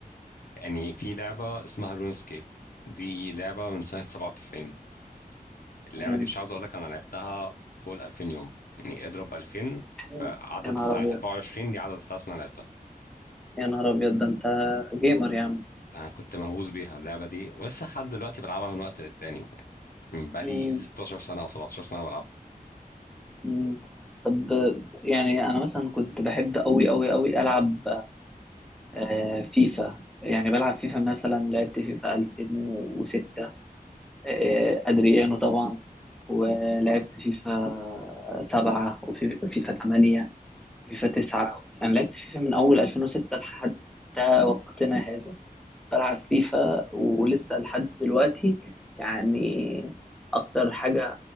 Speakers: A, on the left; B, in the centre.
A: يعني في لعبة اسمها لونسكيب دي لعبة من سنة 97 اللعبة
B: مم.
A: دي مش عاوز اقول لك انا لعبتها فوق ال 2000 يوم يعني اضرب 2000 فعدد
B: يعني يا نهار
A: الساعات
B: ابيض
A: 24 دي عدد الساعات اللي انا لعبتها
B: يا نهار ابيض ده انت جيمر يا عم
A: انا كنت مهووس بيها اللعبة دي ولسه لحد دلوقتي بلعبها من وقت للتاني من بقالي
B: مم.
A: 16 سنة او 17 سنة بلعبها
B: مم. طب يعني انا مثلا كنت بحب قوي قوي قوي العب آه، فيفا يعني بلعب فيفا مثلا لعبت فيفا 2006 آه، أدريانو طبعا ولعبت فيفا 7 وفيفا 8 وفيفا 9 أنا لعبت فيفا من أول 2006 لحد وقتنا هذا بلعب فيفا ولسه لحد دلوقتي يعني أكتر حاجة